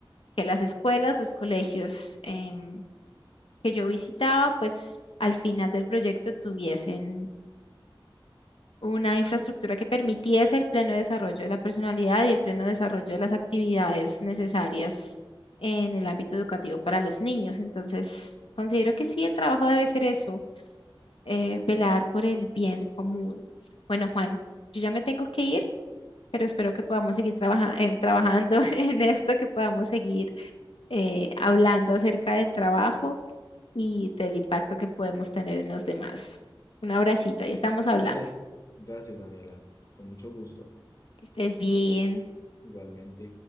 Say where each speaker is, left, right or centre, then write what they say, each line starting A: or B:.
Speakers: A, on the left; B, on the left.
A: que las escuelas, los colegios em, que yo visitaba, pues al final del proyecto tuviesen una infraestructura que permitiese el pleno desarrollo de la personalidad y el pleno desarrollo de las actividades necesarias en el ámbito educativo para los niños. Entonces, considero que sí, el trabajo debe ser eso eh, velar por el bien común. Bueno, Juan, yo ya me tengo que ir, pero espero que podamos seguir trabaja- eh, trabajando <laughs> en esto, que podamos seguir eh, hablando acerca del trabajo y del impacto que podemos tener en los demás. Un abracito, ahí estamos hablando.
B: Gracias. Gracias, Daniela. Con mucho gusto.
A: Que estés bien.
B: Igualmente.